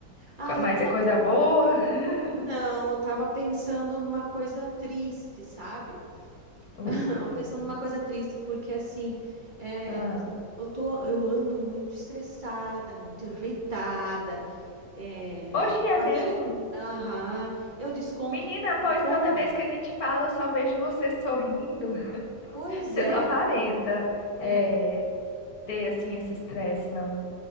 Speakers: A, on the right (about 30°); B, on the left (about 55°).
A: Ah,
B: Mas
A: eu
B: é coisa boa? <laughs>
A: não, eu tava pensando numa coisa triste, sabe?
B: O
A: <laughs>
B: que, amiga?
A: Pensando numa coisa triste, porque assim, é,
B: Ah.
A: eu eu tô, eu ando muito estressada, muito irritada, é,
B: Oxe,
A: a
B: é
A: família.
B: mesmo?
A: Aham, eu desconto
B: Menina, pois
A: tudo.
B: toda vez que a gente fala, eu só vejo você sorrindo. <laughs>
A: Pois
B: Você
A: é.
B: não aparenta
A: é.
B: eh, ter, assim, esse estresse, não.